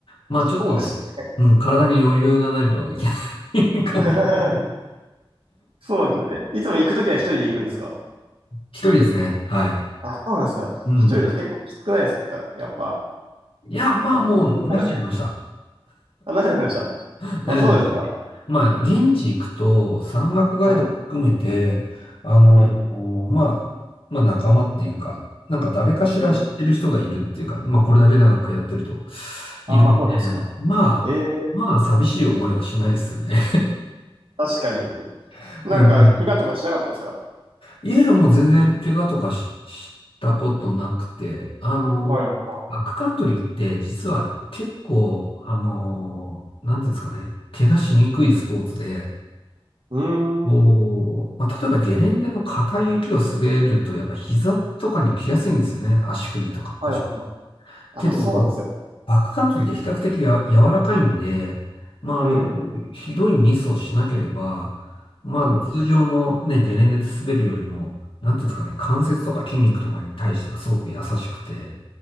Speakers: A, on the left (about 65°); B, on the right (about 65°).
A: まあちょっと、
B: そうですね。
A: うん、体に余裕がないといけない <laughs> 感じ。
B: <laughs> そうなんですね。えいつも行くときは一人で行くんですか
A: 一人ですね。はい。
B: あ、そうなんですか。
A: うん。
B: 一人だと結構きつくないですかやっぱ。
A: いや、まあもう慣れちゃいました。
B: そないあ、何でました
A: 慣れちゃいました。
B: あ、そうですか。
A: まあ現地行くと山岳ガイド含めて、
B: はい。
A: あの、
B: うん。
A: こうまあ、まあ仲間っていうか、なんか誰かしら知ってる人がいるっていうか、
B: うん。
A: まあこれだけ長く通ってるといるんで、
B: あ、まあそうですか。
A: まあ、
B: ええ
A: まあ寂しい思いはしないですよね。
B: 確かに。
A: <laughs>
B: なんか、
A: うん。
B: 怪我とかしなかったですか
A: いやいや、もう全然怪我とかし、したことなくて、あの、
B: はいはいはい。
A: バックカントリーって実は結構、あの、なんていうんですかね、怪我しにくいスポーツで、
B: うーん。
A: こう、まあ、例えばゲレンデの硬い雪を滑ると、やっぱ膝とかに来やすいんですよね。足首とか腰。
B: はいはいはい。あ、
A: けど、
B: まあそうですよね。
A: バッバックカントリーって比較的や柔らかいんで、まあ、
B: うんうん。
A: あの、ひどいミスをしなければ、まあ、
B: うん。
A: 通常のね、ゲレンデで滑るよりも、なんていうんですかね、関節とか筋肉とかに対してはすごく優しくて、